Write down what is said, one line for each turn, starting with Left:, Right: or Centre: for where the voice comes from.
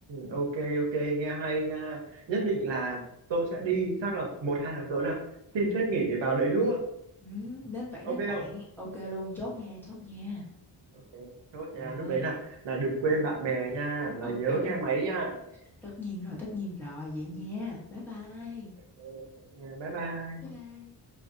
Right: ok ok nghe hay nha nhất định là tôi sẽ đi chắc là một hai tháng tới là xin phép nghỉ để vào đấy luôn
Centre: ừ, nên vậy
Right: ok
Centre: nên vậy
Right: không
Centre: ok luôn chốt nha chốt nha
Right: Ok, chốt
Centre: rồi
Right: nha. Lúc đấy là là đừng quên bạn bè nha,
Centre: <laughs>
Right: là
Centre: ok
Right: nhớ nghe máy nha.
Centre: tất nhiên rồi tất nhiên rồi vậy nha bye bye
Right: Ok, nha. Bye bye.
Centre: bye bye